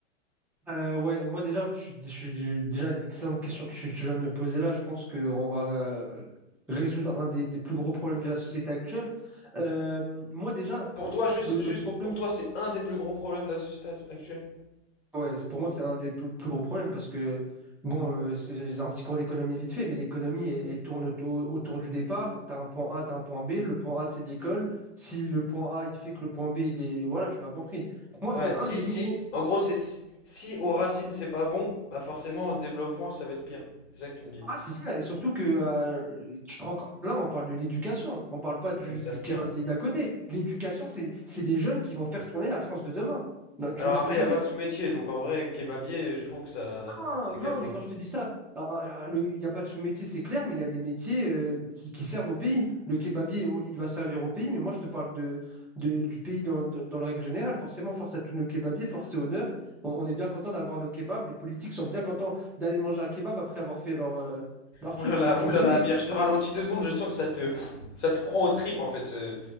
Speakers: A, in the centre; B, on the left (about 70°).
A: Euh, ouais, moi déjà, je suis, je suis- déjà excellente question que tu, tu viens de me poser là. Je pense qu'on va euh, résoudre un des, des plus gros problèmes de la société actuelle. Euh, moi déjà, pour-
B: Pour toi, juste,
A: le, le
B: juste,
A: problème,
B: pour toi, c'est un des plus gros problèmes de la société actuelle?
A: ouais, c'est- pour moi c'est un des plus, plus gros problèmes parce que bon, euh, c'est j'ai un petit cours d'économie vite fait, mais l'économie elle, elle tourne au- autour du départ. T'as un point A, t'as un point B. Le point A c'est l'école. Si le point A il fait que le point B il est, voilà, tu m'as compris. Pour moi
B: Ouais,
A: c'est un
B: si,
A: des plus
B: si,
A: gros
B: en gros, c'est si, si aux racines c'est pas bon, bah forcément, en se développement, ça va être pire. C'est ça que tu me dis.
A: Ouais, c'est ça, et surtout que euh, tu te rends compte, là on parle de l'éducation, on parle pas du,
B: Non, mais ça
A: du
B: se
A: kebabier
B: tient.
A: d'à côté. L'éducation, c'est c'est des jeunes qui vont faire tourner la France de demain. Non, tu
B: Alors
A: vois ce
B: après,
A: que je
B: il
A: veux
B: n'y
A: dire?
B: a pas de sous-métier, donc en vrai, kebabier, je trouve que ça,
A: Ah
B: c'est
A: non,
B: quand même
A: mais
B: un...
A: quand je te dis ça, ah, ah, le- il n'y a pas de sous-métier, c'est clair, mais il y a des métiers euh, qui, qui servent au pays. Le kebabier, oh, il va servir au pays, mais moi je te parle de, de- du pays dans, dans, dans le règle générale. Forcément, force à tous nos kebabiers, force et honneur. On, on est bien content d'avoir nos kebabs, les politiques sont bien contents d'aller manger un kebab après avoir fait leur, euh, leur
B: Ouh
A: truc.
B: là là,
A: Tu, tu
B: ouh
A: me
B: là
A: connais.
B: là, Amir, je te ralentis deux secondes, je sens que ça te, pff, ça te prend aux tripes, en fait, ce,